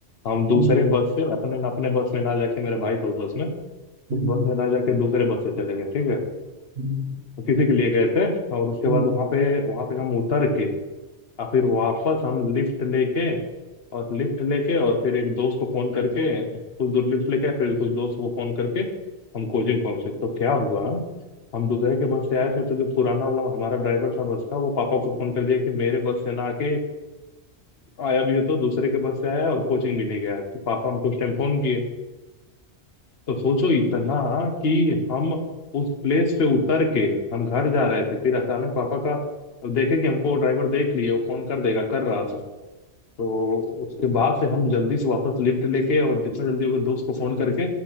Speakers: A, on the left; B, on the right.
A: हम दूसरे
B: हम्म,
A: बस से अपने अपने बस में ना जाके मेरे भाई था उस बस में उस
B: हम्म,
A: बस में ना जाके दूसरे बस से चले गए ठीक है
B: हम्म,
A: तो किसी के लिए गए थे और उसके
B: हम्म।
A: बाद वहाँ पे वहाँ पे हम उतर के और फिर वापस हम लिफ्ट लेके और लिफ्ट लेके और फिर एक दोस्त को फोन करके कुछ दूर लिफ्ट लेके आए, फिर कुछ दोस्त को फोन करके हम कोचिंग पहुंचे तो क्या हुआ हम दूसरे के बस से आए थे तो जो पुराना वाला हमारा ड्राइवर था बस का वो पापा को फोन कर दिया कि मेरे बस से ना आके आया भी हो तो दूसरे के बस से आया और कोचिंग भी नहीं गया तो पापा हमको उस टाइम फोन किए तो सोचो इतना कि हम उस प्लेस पे उतर के हम घर जा रहे थे फिर अचानक पापा का देखे कि हमको वो ड्राइवर देख लिए वो फोन कर देगा कर रहा था तो उसके बाद से हम जल्दी से वापस लिफ्ट लेके और जितना जल्दी होगा दोस्त को फोन करके